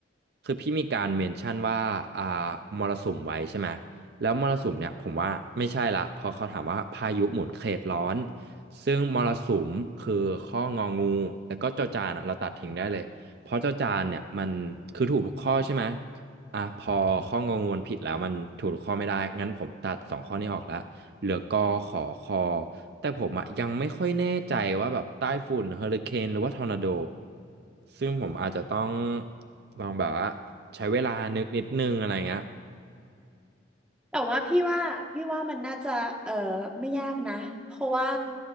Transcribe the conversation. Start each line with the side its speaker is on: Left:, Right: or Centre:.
Right: คือพี่มีการเมนชั่นว่าอ่ามรสุมไว้ใช่ไหมแล้วมรสุมเนี่ยผมว่าไม่ใช่ละเพอเขาถามว่าพายุหมุนเขตร้อนซึ่งมรสุมคือข้ององูแล้วก็จอจานอะเราตัดทิ้งได้เลยเพราะเจ้าจานเนี่ยมันคือถูกทุกข้อใช่ไหม อ่ะพอข้องงวนผิดแล้วมันถูกข้อไม่ได้ งั้นผมตัดสองข้อนี้ออกแล้ว เหลือกอขอคอแต่ผมอะยังไม่ค่อยแน่ใจว่าแบบใต้ฝุ่นเฮอริเคนหรือว่าทอร์นาโด ซึ่งผมอาจจะต้องลองแบบว่าใช้เวลานึกนิดนึงอะไรเงี้ย
Centre: แต่ว่าพี่ว่าพี่ว่ามันน่าจะเออไม่ยากนะเพราะว่า